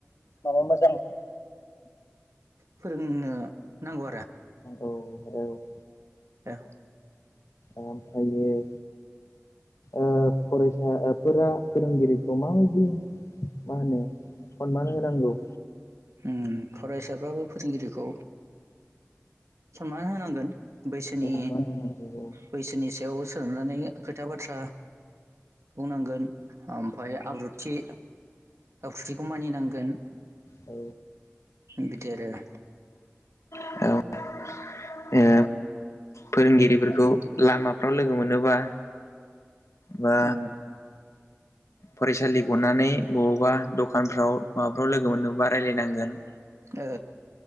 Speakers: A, on the left (about 85°); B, on the right (about 75°).
A: माबा मोजां
B: फोरोंनो नांगौ
A: औ <inaudible> <inaudible>
B: ए
A: ओमफ्रायो ओ फरायसाफोरा फोरोंगिरिखौ माबायदि मा होनो सनमान होनांगौ
B: ओम फरायसाफ्राबो फोरोंगिरिखौ सनमान होनांगोन बैसोनि
A: औ मान होनांगौ
B: बैसोनि सायाव सोलोंनानै खोथा बाथ्रा बुंनांगोन ओमफफ्राय आब्रुथि आखुथिखौ मानिनांगोन
A: औ
B: बिटि आर आरो
A: औ <unintelligible> ओ फोरोंगिरिफोरखौ लामाफ्राव लोगो मोनोबा बा
B: औ
A: फरायसालि गनानै बबावबा दखानफ्राव माबाफ्राव लोगो मोननो बा रायलायनांगोन।
B: ओ